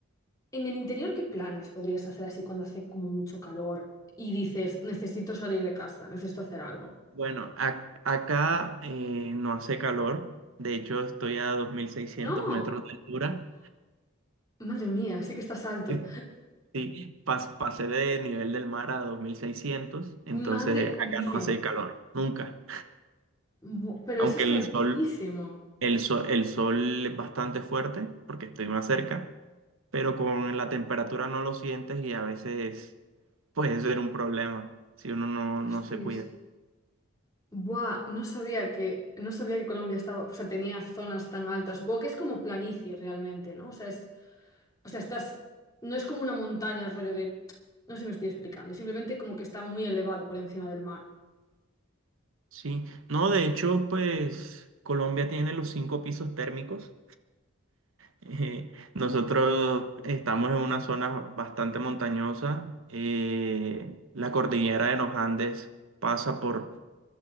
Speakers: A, on the left; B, on the right.
A: en el interior, ¿qué planes podrías hacer así cuando hace como mucho calor y dices, necesito salir de casa, necesito hacer algo?
B: Bueno, ac- acá eh, no hace calor, de hecho estoy a 2.600
A: No,
B: metros de altura.
A: madre mía, sí que estás alto.
B: <laughs> Sí, pas- pasé del nivel del mar a 2.600, entonces
A: Madre
B: acá
A: mía,
B: no hace calor, nunca.
A: Bu- pero
B: Aunque
A: eso está
B: el
A: altísimo.
B: sol, el sol, el sol es bastante fuerte porque estoy más cerca, pero con la temperatura no lo sientes y a veces puede ser un problema si uno no,
A: Hostis.
B: no se cuida.
A: Buah, no sabía que, no sabía que Colombia estaba, o sea, tenía zonas tan altas. Supongo que es como planicie realmente, ¿no? O sea, es, o sea, estás, no es como una montaña, rollo de, no sé si me estoy explicando, simplemente como que está muy elevado por encima del mar.
B: Sí, no, de hecho, pues Colombia tiene los cinco pisos térmicos. Eh, nosotros estamos en una zona bastante montañosa. eh, la cordillera de los Andes pasa por,